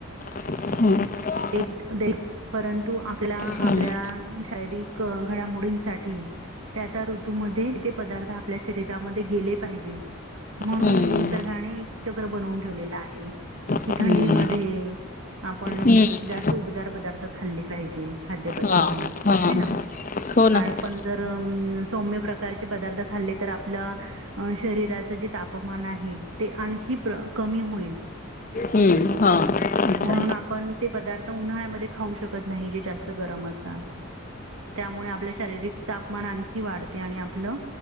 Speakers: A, on the left; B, on the right.
A: हम्
B: एक दे. परंतु आपल्या-आपल्या
A: हम्म
B: शारीरिक घडामोडींसाठी. त्या त्या ऋतूमध्ये ते पदार्थ आपल्या, शरीरामध्ये गेले पाहिजे. म्हणून
A: हम्म
B: हे निसर्गाने, एक चक्र बनवून ठेवलेलं आहे. कि
A: हम्म
B: थंडी म आपण.
A: हम्म
B: जास्त उपदार पदार्थ, खाल्ले पाहिजे खाद्य पदार्थ
A: हा हा
B: ह नाड
A: हो ना हम्म
B: आपण जर अ सौम्य प्रकारचे, पदार्थ खाल्ले तर आपलं अ शरीराच जे तापमान आहे, ते आणखी कमी होईल.
A: हम्म हा. अच्छा
B: म्हणून आपण ते पदार्थ उन्हाळ्यामध्ये खाऊ शकत, नाही जे जास्त गरम असतात. त्यामुळे आपलं शारीरिक, तापमान आणखी वाढते आणि आपलं